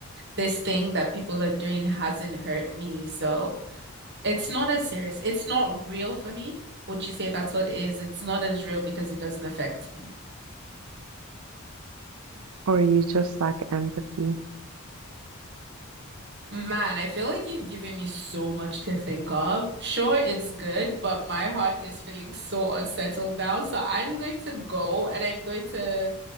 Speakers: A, on the right (about 55°); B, on the right (about 80°).
A: This thing that people are doing hasn't hurt me. So it's not as serious. It's not real for me. Would you say that's what it is? It's not as real because it doesn't affect me.
B: or you just lack empathy.
A: Man, I feel like you've given me so much to think of. Sure, it's good, but my heart is feeling so unsettled now. So I'm going to go and I'm going to